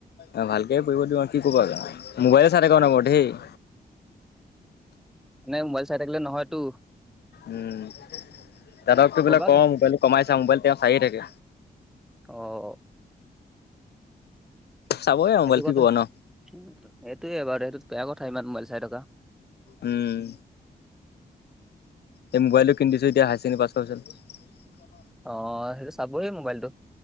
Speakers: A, on the left; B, in the centre.
A: অহ, ভালকে কৰিব দিম আৰু কি ক'বা আ মোবাইলে চাই থাকে অনবৰতে দেই <inaudible>
B: এনে মোবাইল চাই থাকিলে নহয়তো।
A: উম, দাদাকটো
B: ক'বা
A: বোলে কও মবাইলটো কমাই চা মোবাইল তেওঁ চাইহে থাকে।
B: অ',
A: চাবই আৰু
B: সেইটো
A: মোবাইল কি
B: কথা
A: ক'ব ন
B: সেইটোৱেই বাৰু এইটো বেয়া কথা ইমান মোবাইল চাই থকা।
A: উম এই মোবাইলটো কিনি দিছো এতিয়া হায়াৰ ছেকেণ্ড পাছ কৰা পিছত।
B: অ', সেইটো চাবই মোবাইলটো।